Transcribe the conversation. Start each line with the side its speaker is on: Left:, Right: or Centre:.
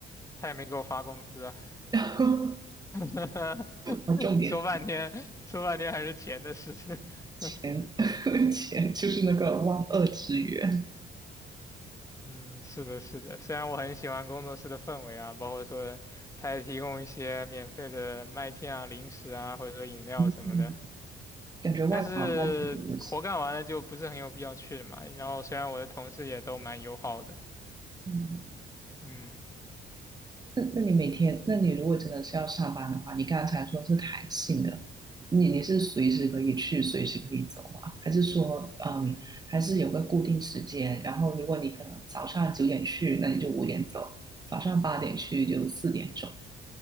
Left: 他也没给我发工资啊，
Right: <laughs>
Left: <laughs>
Right: 我重点是
Left: 说半天说半天还是钱的事情。
Right: 钱，
Left: <laughs>
Right: <laughs> 钱就是那个万恶之源。
Left: 嗯，是的，是的。虽然我很喜欢工作室的氛围啊，包括说它也提供一些免费的麦片啊、零食啊，或者说饮料什么的，
Right: 嗯，感觉外国好像挺多的事。
Left: 但是活干完了就不是很有必要去了嘛。然后虽然我的同事也都蛮友好的，
Right: 嗯。
Left: 嗯，
Right: 那那你每天，那你如果真的是要上班的话，你刚才说是弹性的，你你是随时可以去，随时可以走吗？还是说，嗯，还是有个固定时间？然后如果你可能早上九点去，那你就五点走；早上八点去就四点走。